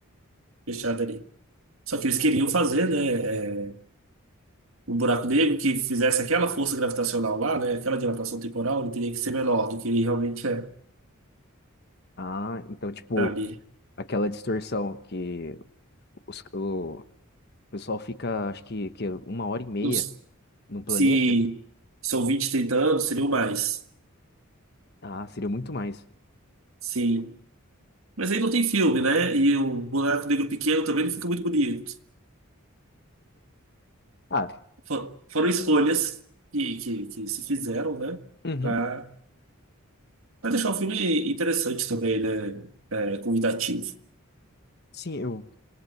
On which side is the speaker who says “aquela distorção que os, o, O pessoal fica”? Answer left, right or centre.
Left